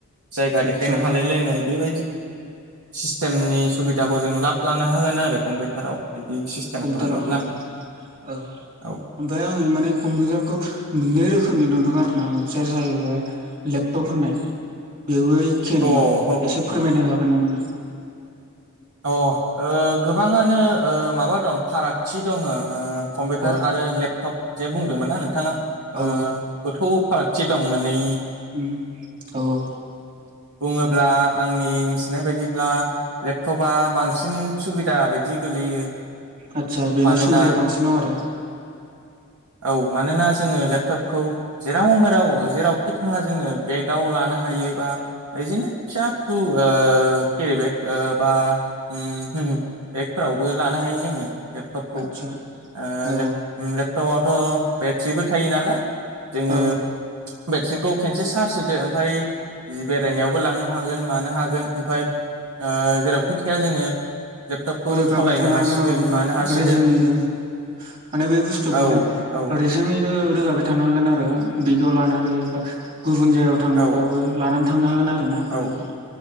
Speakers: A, on the right; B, on the right.
A: जायगा
B: आदसा
A: देखायनो हालाय लायनाय बेबायदि सिस्टेमनि सुबिदाखौ जों लाब लानो हागोन आरो कम्पिउटाराव। बिदि सिस्टेम
B: कम्पिउटाराव
A: खालामोब्ला
B: औ
A: औ
B: ओमफ्राय आङो माने कम्पिउटारखौ मोननै रोखोमनि नुनो मोनो आरोना मोनसेया जाहैबाय लेपटप होननाय बेवहाय जेनेबा
A: अ हो हो
B: एसे फोरमायना होनो हागोन नामा नों?
A: औ ओ गोबाङानो ओ माबा दं फारागथि दङ। कम्पिउटार
B: औ
A: आरो लेपटप जे बुंदोंमोन ना नोंथाङा
B: औ
A: ओ गोथौ फारागथि दं मानै
B: उम औ औ
A: बुङोब्ला आंनि मिथिनाय बायदिब्ला एथबा बांसिन सुबिदा बायदि गोलैयो
B: आतसा बेनाव
A: मानोना
B: सुबिदाया बांसिन दं आरो
A: औ मानोना जोङो लेपटपखौ जेराव मेराव जेरावखि थाङा जोङो बेगाव लानो हायो बा बिदिनो फिसा फिसौ आ केरि बेग ओ बा उम हुम बेगफोरावबो लानो हायो जोङो लेपटपखौ
B: आदसा
A: आ
B: औ
A: लेप उम लेप - तपआवथ बेट्रिबो थायो नालाय जोङो
B: औ
A: बेट्रिखौ खेनसे चार्ज होदो ओमफ्राय बेरायनायावबो लांनो हागोन मानो हागोन ओमफ्राय ओ जेरावखि थाया जोङो लेपटपखौ
B: रोगाबाय
A: सालायनो
B: थानो
A: हासिगोन
B: हागोन आरो बेखौ
A: मानो हासिगोन
B: रेजेङैनो माने बे बुस्थुखौहाय
A: औ औ
B: ओरैजोङैनो रोगाबाय थानो हागोन आरो बिगाव लानानै बा गुबुन जायगायाव थांनोबाबो
A: औ
B: लानानै थांनो हागोन आरो ना
A: औ
B: बेखौ